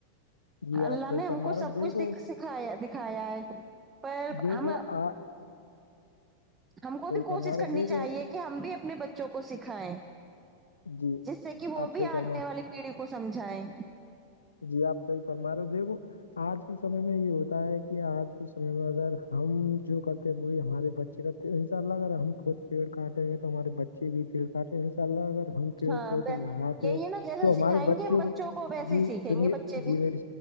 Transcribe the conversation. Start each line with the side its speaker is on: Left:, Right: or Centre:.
Left: جی آپ
Right: اللہ
Left: صحیح
Right: نے ہم
Left: فرما
Right: کو
Left: رہے
Right: سب
Left: ہو۔ دیکھو
Right: کچھ سکھا دکھایا ہے پر
Left: دیکھو
Right: ہم
Left: آ
Right: ہم کو بھی
Left: فرما
Right: کوشش
Left: رہے
Right: کرنی
Left: ہو، دیکھو
Right: چاہیے کہ ہم بھی اپنے بچوں کو سکھائیں
Left: جی
Right: جس سے کہ وہ
Left: آپ
Right: بھی
Left: صحیح فرما
Right: آگنے والی پیڑھی کو سمجھائے
Left: جی آپ صحیح فرما رہو دیکھو آج کے سمے میں یہ ہوتا ہے کہ آج کے سمے میں اگر ہم جو کرتے ہوئی ہمارے بچے کا تو ان شاء اللہ اگر ہم خود پیڑ کاٹیں گے تو ہمارے بچے بھی پیڑ کاٹ ان شاء اللہ اگر ہم پیڑ
Right: ہاں
Left: پودے لگاتے
Right: یہی
Left: ہیں
Right: ہے نا جیسا
Left: تو ہمارے
Right: سکھائیں
Left: بچوں
Right: گے ہم
Left: کو
Right: ویسے
Left: جی
Right: ہی سیکھیں
Left: سنیے
Right: گے بچے
Left: جی
Right: بھی
Left: میری